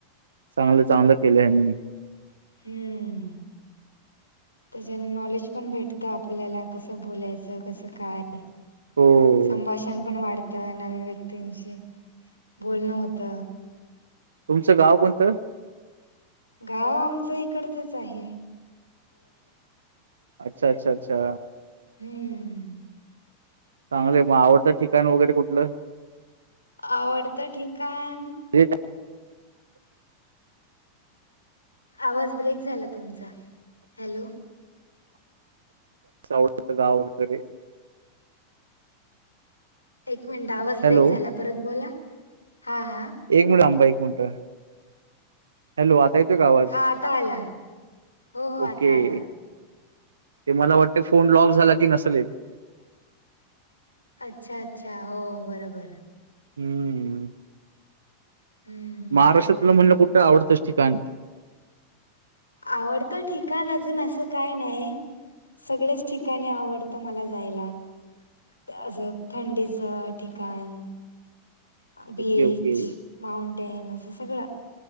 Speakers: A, on the right; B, on the left.
A: चांगलं चांगलं केलं यांनी
B: हम्म त्याच्यान नॉलेज पण भेटतं आपल्याला कसं बोलायचं कसं काय
A: हो
B: संभाषण पण वाढत नवीन व्यक्तींशी बोलणं होत
A: तुमचं गाव कोणतं
B: गाव आमच इकङच आहे
A: अच्छा अच्छा अच्छा
B: हम्म
A: चांगलंय मग आवडतं ठिकाण वगैरे कुठलं
B: आवडत ठीकण
A: म्हणजे त्याचं
B: आवाज ब्रेक झाला तुमचा हॅलो
A: आवडतं गाव वगैरे
B: एक मिनिट आवाज ब्रेक
A: हॅलो
B: झाला परत बोला हा हा
A: एक मिनिट आंबा एक मिनिट हॅलो आ ताद आवाज
B: हा आता आला हो हो
A: ओके
B: आता आला
A: ते मला वाटते फोन लॉक झाला की नसेल येत
B: अच्छा अच्छा हो बरोबर
A: हम्म
B: हम्म
A: महाराष्ट्रातलं
B: काय बोलत होते
A: म्हणलं कुठं आवडतच ठिकाण
B: आवडतं ठिकाण अजून असं काय नाही सगळच ठिकाणी आवडतं मला जायला असं थंडीच ठिकाण बीच
A: ओके, ओके.
B: माउंटेन्स हे सगळं